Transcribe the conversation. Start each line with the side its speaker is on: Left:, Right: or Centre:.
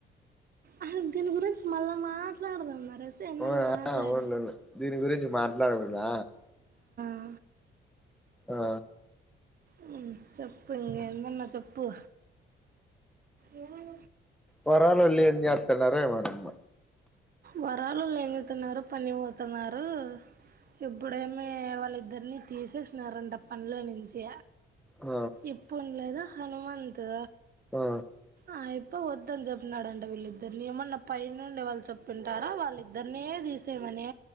Right: అ దీని గురించి మళ్ళా మాట్లాడదాం, బస్ ఎందున్న
Centre: అవునా
Right: మాట్లాడ.
Centre: అవునులే దీని గురించి మాట్లాడుదును.
Right: ఆ
Centre: ఆ
Right: హు చెప్పు ఇంగా ఏమున్నా చెప్పు. ఏ మన
Centre: వరాలోలు ఏం చేస్తున్నారు. ఏమో నమ్మ.
Right: వరాలోలు ఏమీ చేసుతున్నారు. పని పోతున్నారు ఎప్పుడేమీ. వాళ్ళిద్దరిని తీసేసినారంట. పనిలో నుంచి,
Centre: ఆ
Right: ఎప్పు లేదా హనుమంతు.
Centre: ఆ
Right: ఆ ఇప్పు వద్దు. వద్దని చెప్పినాడంటడి వీళ్ళిద్దరిని. ఏమన్నా పై నుండి వాళ్ళు చెప్పింటారా. వాళ్ళిద్దరినీ తీసేమని,